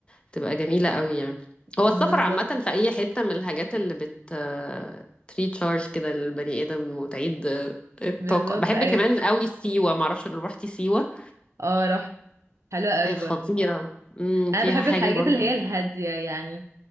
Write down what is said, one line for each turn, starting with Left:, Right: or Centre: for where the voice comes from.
Left: بتبقى جميلة قوي يعني هو
Right: بالظبط
Left: السفر عامة في أي حتة من الحاجات اللي بت تريتشارج كده للبني آدم وتعيد الطاقة
Right: بالظبط
Left: بحب
Right: ايوه
Left: كمان قوي سيوة معرفش لو روحتي سيوة
Right: اه رحت حلوه قوي
Left: خطيرة
Right: برضو
Left: امم
Right: انا
Left: فيها
Right: بحب
Left: حاجة
Right: الحاجات
Left: برضو
Right: اللي هي الهاديه يعني